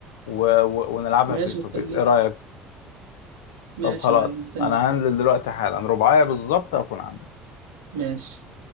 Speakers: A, on the left; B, on the right.
A: و... و... ونلعبها
B: ماشي
A: فيس
B: مستنيك
A: تو فيس ايه رأيك
B: ماشي
A: طب خلاص
B: يا معلم مستنيك
A: انا
B: يلا
A: هنزل دلوقتي حالا رباعية بالظبط هكون عندك
B: ماشي